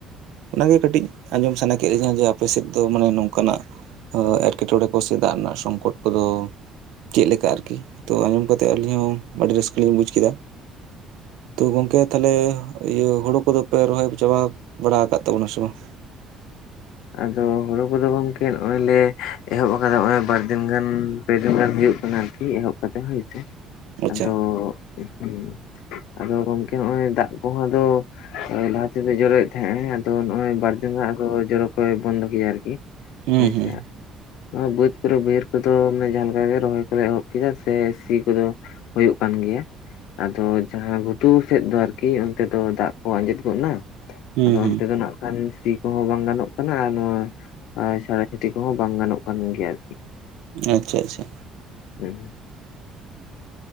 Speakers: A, on the right; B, on the left.
A: ᱚᱱᱟᱜᱮ ᱠᱟᱹᱴᱤᱡ ᱟᱸᱡᱚᱢ ᱥᱟᱱᱟ ᱠᱮᱫ ᱞᱤᱧᱟᱹ ᱡᱮ ᱟᱯᱮ ᱥᱮᱫ ᱫᱚ ᱢᱟᱱᱮ ᱱᱚᱝᱠᱟᱱᱟᱜ ᱮᱴᱠᱮᱴᱚᱬᱮ ᱠᱚ ᱥᱮ ᱫᱟᱜ ᱨᱮᱱᱟᱜ ᱥᱚᱝᱠᱚᱴ ᱠᱚᱫᱚ ᱪᱮᱫ ᱞᱮᱠᱟ ᱟᱨᱠᱤ ᱛᱚ ᱟᱸᱡᱚᱢ ᱠᱟᱛᱮᱫ ᱟᱹᱞᱤᱧ ᱦᱚᱸ ᱟᱹᱰᱤ ᱨᱟᱹᱥᱠᱟᱹ ᱞᱤᱧ ᱵᱩᱡ ᱠᱮᱫᱟ᱾ ᱛᱚ ᱜᱚᱝᱠᱮ ᱛᱟᱦᱚᱞᱮ ᱤᱭᱟᱹ ᱦᱩᱲᱩ ᱠᱚᱫᱚ ᱯᱮ ᱨᱚᱦᱚᱭ ᱪᱟᱵᱟ ᱵᱟᱲᱟ ᱟᱠᱟᱫ ᱛᱟᱵᱚᱱᱟ ᱥᱮ ᱵᱟᱝ-
B: ᱟᱫᱚ ᱦᱩᱲᱩ ᱠᱚᱫᱚ ᱜᱚᱝᱠᱮ ᱱᱚᱜ-ᱚᱭ ᱞᱮ ᱮᱦᱚᱵ ᱟᱠᱟᱫᱟ ᱱᱚᱜ-ᱚᱭ ᱵᱟᱨᱫᱤᱱ ᱜᱟᱱ- ᱯᱮ ᱫᱤᱱ ᱜᱟᱱ ᱦᱩᱭᱩᱜ ᱠᱟᱱᱟ ᱟᱨᱠᱤ ᱮᱦᱚᱵ ᱠᱟᱛᱮᱫ ᱦᱳᱭᱥᱮ
A: ᱟᱪᱪᱷᱟ
B: ᱟᱫᱚ- ᱦᱮᱸ ᱟᱫᱚ ᱜᱚᱝᱠᱮ ᱱᱚᱜ-ᱚᱭ ᱫᱟᱜ ᱠᱚᱦᱚᱸ ᱟᱫᱚ ᱞᱟᱦᱟ ᱛᱮᱫᱚ ᱡᱚᱨᱮᱫ ᱦᱮᱸ ᱟᱫᱚ ᱱᱚᱜ-ᱚᱭ ᱵᱟᱨ ᱫᱤᱱ ᱟᱫᱚ ᱡᱚᱨᱚ ᱠᱚᱭ ᱵᱚᱱᱫᱚ ᱠᱮᱫᱭᱟ ᱟᱨᱠᱤ
A: ᱦᱩᱸ
B: ᱦᱳᱭ
A: ᱦᱩᱸ
B: ᱥᱮ ᱦᱟᱜ ᱵᱟᱹᱫᱽ ᱠᱚᱨᱮ ᱵᱟᱹᱭᱦᱟᱹᱲ ᱠᱚᱫᱚ ᱢᱟᱱᱮ ᱡᱟᱦᱟᱸ ᱞᱮᱠᱟᱜᱮ ᱨᱚᱦᱚᱭ ᱠᱚᱫᱞᱮ ᱮᱦᱚᱵ ᱠᱮᱫᱟ ᱥᱮ ᱥᱤ ᱠᱚᱫᱚ ᱦᱩᱭᱩᱜ ᱠᱟᱱ ᱜᱮᱭᱟ᱾ ᱟᱫᱚ ᱡᱟᱦᱟᱸ ᱜᱷᱩᱴᱩ ᱥᱮᱫ ᱫᱚ ᱟᱨᱠᱤ ᱚᱱᱛᱮ ᱫᱚ ᱫᱟᱜ ᱠᱚ ᱟᱸᱡᱮᱫ ᱜᱚᱫ ᱮᱱᱟ-
A: ᱦᱩᱸ
B: ᱟᱫᱚ
A: ᱦᱩᱸ
B: ᱚᱱᱛᱮ ᱫᱚ ᱱᱟᱜ ᱠᱷᱟᱱ ᱥᱤ ᱠᱚᱦᱚᱸ ᱵᱟᱝ ᱜᱟᱱᱚᱜ-ᱟ᱾ ᱠᱟᱱᱟ ᱱᱚᱣᱟ ᱪᱟᱲᱟ ᱪᱷᱩᱴᱤ ᱠᱚᱦᱚᱸ ᱵᱟᱝ ᱜᱟᱱᱚᱜ ᱠᱟᱱ ᱜᱮᱭᱟ ᱟᱨᱠᱤ
A: ᱟᱪᱪᱷᱟ ᱟᱪᱪᱷᱟ
B: ᱦᱚᱸ